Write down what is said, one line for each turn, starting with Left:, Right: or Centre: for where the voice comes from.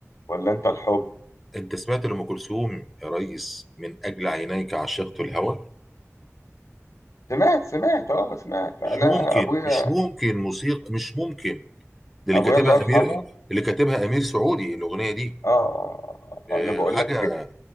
Left: ولا انت الحب
Centre: انت سمعت لأم كلثوم يا ريس من اجل عينيك عشقت الهوى
Left: سمعت سمعت اه سمعت انا
Centre: مش ممكن
Left: ابويا
Centre: مش ممكن موسيقى مش ممكن ده اللي
Left: ابويا
Centre: كاتبها
Left: الله يرحمه
Centre: امير اللي كاتبها امير سعودي الاغنيه دي
Left: اه آه، آه،
Centre: آه،
Left: آه، انا بقول
Centre: حاجه
Left: لك